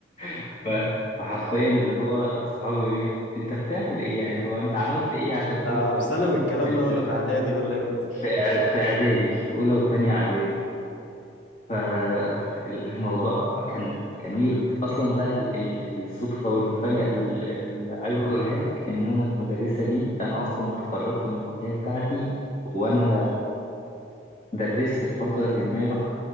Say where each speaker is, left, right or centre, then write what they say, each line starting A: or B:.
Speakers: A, on the left (about 35°); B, on the left (about 80°).
A: <laughs> ف... فحرفيا اللي هو صحابي يقول لي أنت بتعمل إيه يعني هو أنت عملت إيه عشان
B: ده
A: توصل
B: في
A: للحتة
B: ثانوي الكلام ده ولا
A: دي
B: في اعدادي ولا امتى
A: في إع- في إعدادي في أولى وتانية إعدادي فالموضوع كان كان ويرد اصلا بقى ال- ال- الصدفه والمفاجاه ال- اللي عايز اقولها لك ان انا المدرسه دي انا اصلا اتخرجت من الكليه بتاعتي وانا درست في فتره ما رحت